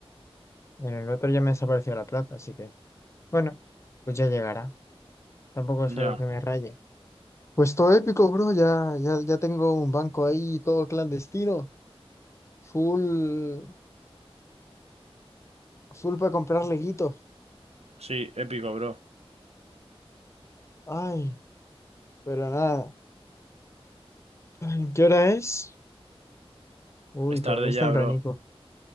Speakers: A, on the left (about 25°); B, on the right (about 85°).
A: en el otro ya me desapareció la plata, así que bueno, pues ya llegará. Tampoco
B: Ya,
A: es algo que me raye. Pues todo épico, bro. Ya, ya, ya tengo un banco ahí, todo clandestino. Full, full para comprar leguito.
B: sí, épico, bro.
A: Ay, pero nada. Ay, ¿qué hora es? Uy,
B: Es tarde
A: todavía es
B: ya,
A: tempranito.
B: bro.